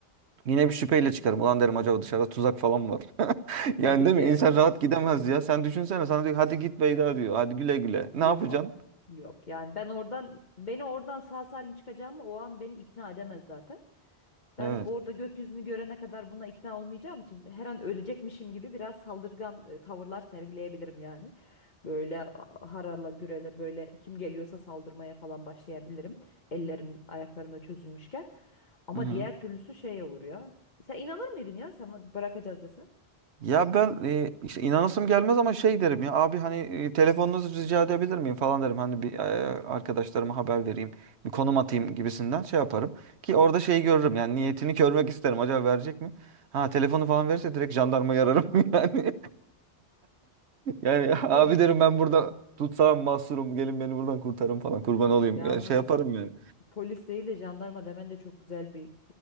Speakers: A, on the right; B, on the left.
A: Yine bir şüpheyle çıkarım. Ulan derim acaba dışarıda tuzak falan mı var? <laughs>
B: Tabii
A: Yani değil
B: ki.
A: mi? İnsan rahat gidemez ya. Sen düşünsene sana diyor hadi git Beyda diyor. Hadi güle güle.
B: Yok.
A: Ne yapacaksın?
B: Yok. Yani ben oradan beni oradan sağ salim çıkacağımı o an beni ikna edemez zaten. Ben
A: Evet.
B: orada gökyüzünü görene kadar buna ikna olmayacağım için her an ölecekmişim gibi biraz saldırgan e, tavırlar sergileyebilirim yani. Böyle a- harala gürele böyle kim geliyorsa saldırmaya falan başlayabilirim. Ellerim ayaklarım da çözülmüşken. Ama
A: Hı hı.
B: diğer türlüsü şey olur ya. Sen inanır mıydın ya sana bırakacağız dese?
A: Ya ben e, işte inanasım gelmez ama şey derim ya abi hani e, telefonunuzu rica edebilir miyim falan derim. Hani bir e, arkadaşlarıma haber vereyim, bir konum atayım gibisinden şey yaparım ki orada şeyi görürüm. Yani niyetini görmek isterim. Acaba verecek mi? Ha telefonu falan verirse direkt jandarmayı ararım <laughs> yani. Yani abi
B: Poli
A: derim ben burada tutsam mahsurum gelin beni buradan kurtarın falan kurban
B: <laughs>
A: olayım.
B: Yalnız
A: Yani şey yaparım yani.
B: polis değil de jandarma demen de çok güzel bir